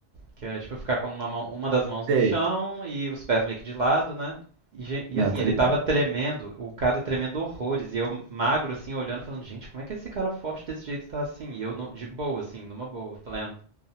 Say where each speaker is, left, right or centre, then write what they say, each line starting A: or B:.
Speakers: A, on the right; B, on the right.
A: que é tipo ficar com uma mão, uma das mãos no
B: Sei.
A: chão e os pés meio que de lado, né? E, gen- e,
B: Não,
A: assim,
B: tô
A: ele
B: ligado.
A: tava tremendo, o cara tremendo horrores, e eu magro assim, olhando, falando, gente, como é que esse cara forte desse jeito tá assim? E eu no- de boa, assim, numa boa, plena.